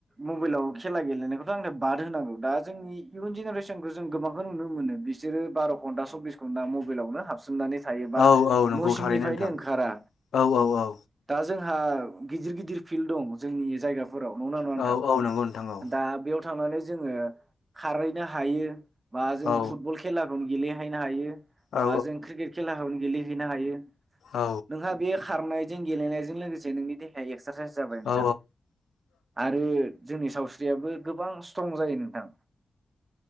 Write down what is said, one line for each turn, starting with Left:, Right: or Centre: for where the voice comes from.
Right: मबाइलाव खेला गेलेनायखौ बे आंनिफ्राय बाद होनांगौ दा जों इयुन जेनेरेसनखौ जों गोबांखौ नुनो मोन बिसोरो बार' घन्टा सब्बिस घन्टा मबाइलावनो हाबस मनानै थायो बा
Left: औ औ नंगौ
Right: न' सिंनिफ्रायनो
Left: थारैनो नोंथां
Right: ओंखारा
Left: औ औ औ
Right: दा जोंहा गिदिर गिदिर फिल्ड दं जोंनि जायगा फोराव नंगौ ना नङा नोंथां
Left: औ औ नंगौ औ
Right: दा थांनानै जोङो खारहैनो हायो बा जों
Left: औ
Right: फुटबल खेला ना गेलेहैनो हायो
Left: औ
Right: बा जों क्रिकेट खेलाखौ गेलेहैनो हायो
Left: औ
Right: नोंहा बे खारनायजों गेलेनायजों लोगोसे नोंनि दे एक्सारसाइस जाबाय नोंथां
Left: औ
Right: आरो जोंनि सावस्रि <unintelligible> गोबां स्ट्रं जायो नोंथां